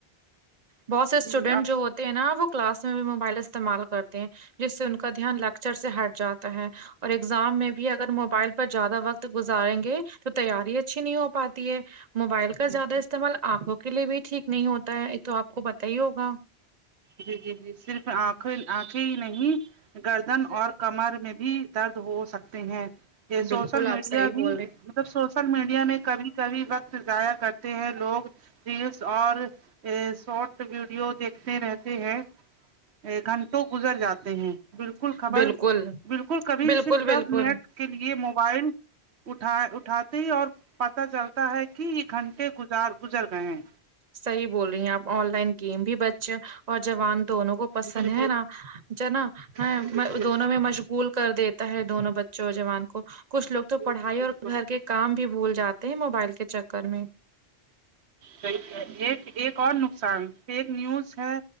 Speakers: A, on the right; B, on the right.
A: بہت سے اسٹوڈینٹ
B: جی
A: جو ہوتے ہیں نا وہ کلاس میں بھی موبائل استعمال کرتے جس سے ان کا دھیان لیکچر سے ہٹ جاتا ہے اور ایگزام میں بھی ا اگر موبائل پر زیادہ وقت گزاریں گے تو تیاری اچھی نہیں ہو پاتی ہے موبائل
B: جی
A: کا زیادہ استعمال آنکھوں کے لیے بھی ٹھیک نہیں ہوتا ہے یہ تو آپ کو پتا ہی ہوگا
B: جی جی جی صرف آنکھیں آنکھیں ہی نہیں گردن اور کمر میں بھی درد ہو سکتے ہیں یہ
A: بالکل
B: سوشل
A: آپ
B: میڈیا
A: صحیح
B: بھی
A: بول رہے
B: مطلب سوشل میڈیا میں کبھی کبھی وقت ضاائع کرتے ہیں لوگ ریلس اور شارٹ ویڈیو دیکھتے رہتے ہے ایک گھنٹوں گزر جاتے ہیں بالکل
A: ہیں
B: خبر
A: بالکل
B: بالکل کبھی
A: بالکل
B: صرف
A: بالکل
B: دس منٹ کے لیے موبائل اٹھا اٹھاتے ہی اور پتہ چلتا ہے کہ یہ گھنٹے گزار گزر گئے ہیں
A: صحیح بول رہی ہیں آپ آن لائن گیم بھی بچے اور جوان دونوں کو پسند
B: بالکل
A: ہے نا ج نا
B: بالکل بالکل
A: دونوں میں مش اسکول کر دیتا ہے دونوں بچوں اور جوان کو کچھ لوگ تو
B: جی
A: پڑھائی
B: جی بالکل
A: اور گھر کے کام بھی بھول جاتے ہیں موبائل کے چکر میں
B: صحی ایک ایک اور نقصان ایک نیوز ہے